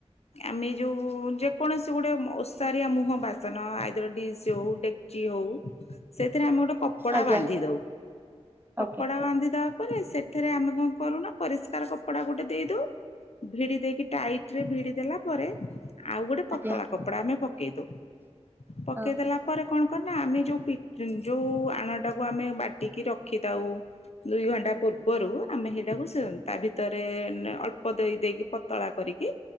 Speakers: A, on the left; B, on the right.
A: ଆମେ ଯୋଉ ଯେକୌଣସି ଗୋଟେ ଓସାରିଆ ମୁହଁ ବାସନ ଆ ଡି ହଉ ଡେଚି ହଉ ସେଥିରେ ଆମେ ଗୋଟେ କପଡ଼ା
B: ଆଜ୍ଞା
A: ବାନ୍ଧି ଦଉ କପଡ଼ା
B: ଆଜ୍ଞା
A: ବାନ୍ଧିଦ ପରେ ସେଥିରେ ଆମେ କଣ କରୁନା ପରିଷ୍କାର କପଡା ଗୋଟେ ଦେଇଦଉ ଭିଡି ଦେଇକି ଟାଇଟ ରେ ଭିଡି ଦେଲା ପରେ ଆଉ ଗୋଟେ ପତଳା
B: ଆଜ୍ଞା
A: କପଡା ଆମେ ପକେଇ ଦଉ। ପକେଇଦେଲା
B: ହଁ
A: ପରେ କଣ କରେନା ଆମେ ଯୋଉ ଯୋଉ ଆଣଟାକୁ ଆମେ ବାଟିକି ରଖିଥାଉ ଦୁଇ ଘଣ୍ଟା ପୂର୍ବରୁ ଆମେ ସେଇଟାକୁ ତା ଭିତରେ ଅଳ୍ପ ଦେଇ ଦେଇକି ପତଳା କରିକି